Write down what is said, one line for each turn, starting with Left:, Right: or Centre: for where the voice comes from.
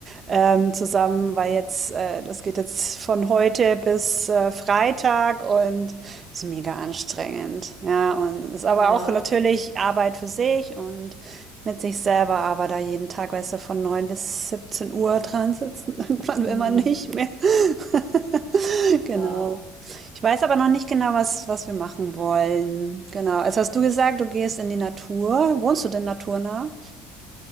Right: ähm, zusammen, weil jetzt, äh, das geht jetzt von heute bis äh, Freitag und ist mega anstrengend. Ja, und ist aber
Left: Ja,
Right: auch natürlich Arbeit für sich und mit sich selber, aber da jeden Tag, weißt du, von 9 bis 17 Uhr dran sitzen, <laughs> irgendwann
Left: mhm,
Right: will man nicht mehr. <laughs> Genau.
Left: klar.
Right: Ich weiß aber noch nicht genau, was, was wir machen wollen. Genau. Jetzt hast du gesagt, du gehst in die Natur. Wohnst du denn naturnah?